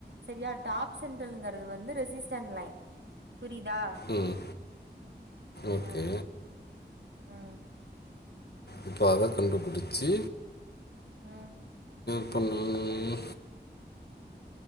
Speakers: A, on the right; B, on the left.
A: செரியா டாப்ஸ் சென்டரல்ங்கறது வந்து ரெசிஸ்டன் லைன் புரிதா
B: ம் ஓகே
A: ஆஹ் உம்
B: இப்போ அத கண்டுபுடிச்சி
A: உம்
B: உம்